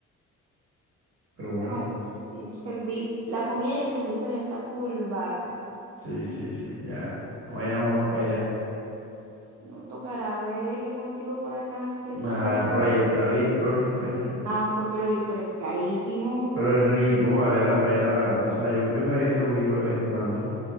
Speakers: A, on the right; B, on the right.
A: Pero bueno,
B: Ay, que sí. El servi- la comida y el servicio ya está full bar.
A: sí, sí, sí, ya no vayamos más para allá.
B: No tocará ver qué consigo por acá, que
A: Nada,
B: sea un poquito.
A: por ahí está Víctor. <laughs>
B: Ah, pues, pero Víctor, es carísimo.
A: Pero es rico, vale la pena, la verdad. O sea, yo, yo me daría ese lujito de vez en cuando.